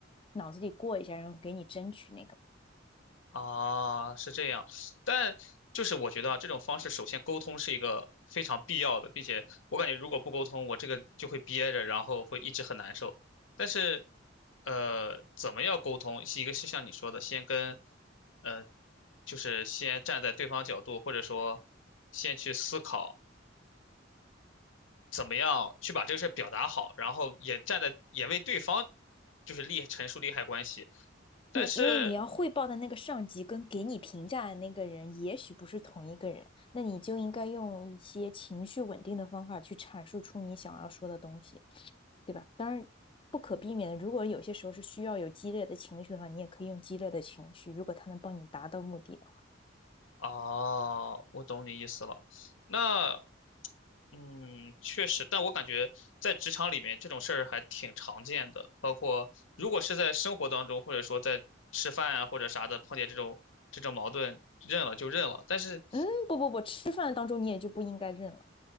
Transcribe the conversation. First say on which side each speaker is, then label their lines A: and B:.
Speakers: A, on the left; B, on the left.
A: 脑子里过一下，然后给你争取那个。
B: 啊，是这样，但就是我觉得啊，这种方式首先沟通是一个非常必要的，并且我感觉如果不沟通，我这个就会憋着，然后会一直很难受。但是，呃，怎么样沟通？是一个是像你说的，先跟，呃，就是先站在对方角度，或者说先去思考怎么样去把这个事儿表达好，然后也站在也为对方就是利陈述利害关系。但是
A: 对，因为你要汇报的那个上级跟给你评价的那个人，也许不是同一个人，那你就应该用一些情绪稳定的方法去阐述出你想要说的东西，对吧？当然，不可避免的，如果有些时候是需要有激烈的情绪的话，你也可以用激烈的情绪，如果他能帮你达到目的的话。
B: 哦，我懂你意思了。那，嗯，确实，但我感觉在职场里面这种事儿还挺常见的，包括如果是在生活当中，或者说在吃饭啊或者啥的碰见这种这种矛盾，认了就认了。但是
A: 嗯，不不不，吃饭当中你也就不应该认了。